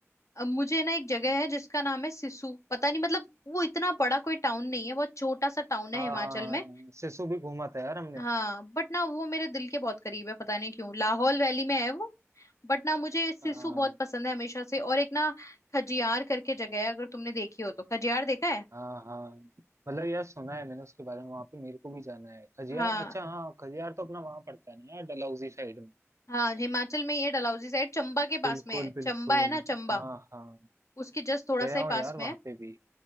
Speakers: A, on the left; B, on the right.
A: अब मुझे ना एक जगह है जिसका नाम है सिसु पता नहीं मतलब वो इतना बड़ा कोई टाउन नहीं है बहुत छोटा सा टाउन है
B: हाँ
A: हिमाचल में
B: सिसु भी घूमा था यार हमने
A: हाँ बट ना वो मेरे दिल के बहुत करीब है पता नहीं क्यों लाहौल वैली में है वो बट ना मुझे सिसु
B: हाँ।
A: बहुत पसंद है हमेशा से और एक ना खजियार करके जगह है अगर तुमने देखी हो तो खजियार देखा है
B: हाँ हाँ मतलब यार सुना है मैंने उसके बारे में वहां पे मेरे को भी जाना है खजियार
A: हाँ
B: अच्छा हाँ खजियार तो अपना वहां पड़ता है ना यार डलहौजी साइड में
A: हाँ हिमाचल में ये डलहौजी साइड चंबा के
B: बिल्कुल
A: पास में है
B: बिल्कुल
A: चंबा है ना चंबा
B: हाँ हाँ
A: उसके जस्ट थोड़ा
B: गया
A: सा ही
B: हूँ
A: पास
B: यार
A: में
B: वहां
A: है
B: पे भी